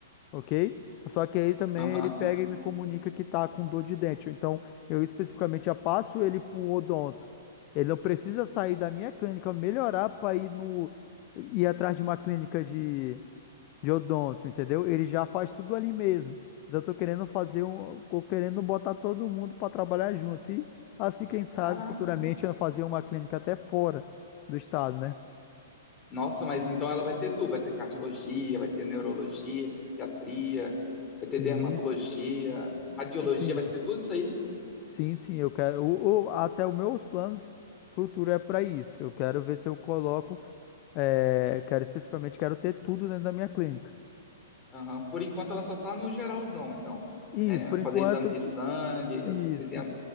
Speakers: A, on the left (about 40°); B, on the left (about 20°).
A: ok? Só que aí também
B: Aham.
A: ele pega e me comunica que tá com dor de dente. Então, eu especificamente já passo ele pro odonto. Ele não precisa sair da minha clínica, melhorar para ir no ir atrás de uma clínica de, de odonto, entendeu? Ele já faz tudo ali mesmo. Então, eu tô querendo fazer um, tô querendo botar todo mundo para trabalhar junto. E assim, quem sabe,
B: Caraca.
A: futuramente eu fazer uma clínica até fora do estado, né?
B: Nossa, mas então ela vai ter tudo, vai ter cardiologia, vai ter neurologia, psiquiatria,
A: Sim,
B: vai ter dermatologia,
A: sim.
B: radiologia,
A: sim.
B: vai ter tudo isso aí?
A: Sim, sim, eu quero. O, o- até os meus planos futuros é para isso. Eu quero ver se eu coloco. é, quero especificamente, quero ter tudo dentro da minha clínica.
B: Aham. Por enquanto ela só está no geralzão, então,
A: Isso,
B: né?
A: por
B: Fazer
A: enquanto.
B: exame de sangue,
A: Isso.
B: essas coisinhas